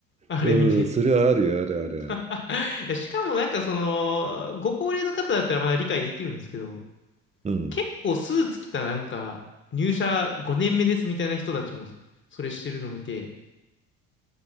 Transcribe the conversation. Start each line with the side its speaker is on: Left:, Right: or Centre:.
Left: あれ見て。
Right: う。うん、それはあるよ、あるある
Left: <laughs> いや、しかもなんかその、ご高齢の方だったらまだ理解できるんですけど、
Right: ある。うん。
Left: 結構スーツ着たなんか、入社5年目ですみたいな人たちも、それしてるの見て、